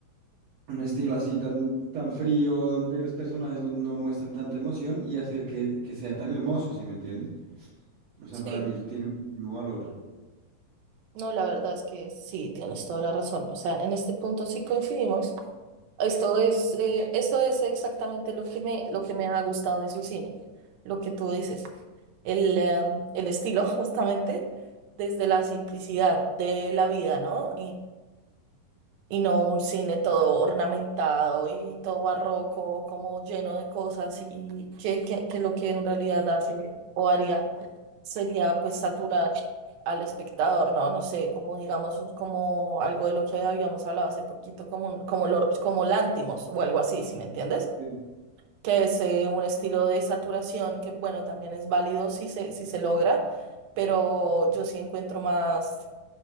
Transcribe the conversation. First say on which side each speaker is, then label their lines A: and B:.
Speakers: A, on the right (about 55°); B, on the right (about 80°).
A: un estilo así tan, tan frío, donde los personajes no, no muestran tanta emoción y hacer que, que sea tan hermoso, ¿sí me entiendes? O sea,
B: Sí,
A: para mí eso tiene muchísimo valor.
B: no, la verdad es que sí, tienes toda la razón. O sea, en este punto sí coincidimos. Esto es, eh, esto es exactamente lo que me, lo que me ha gustado de su cine, lo que tú dices. El, em, el estilo, <laughs> justamente, desde la simplicidad de la vida, ¿no? Y no un cine todo ornamentado y todo barroco, como lleno de cosas y que, que, que lo que en realidad hace o haría sería pues saturar al espectador, ¿no? No sé, como digamos, como algo de lo que habíamos hablado hace poquito, como, un- como, lo- como Lántimos o algo así, si me entiendes?
A: Sí.
B: Que es eh, un estilo de saturación que, bueno, también es válido si se, si se logra, pero yo sí encuentro más,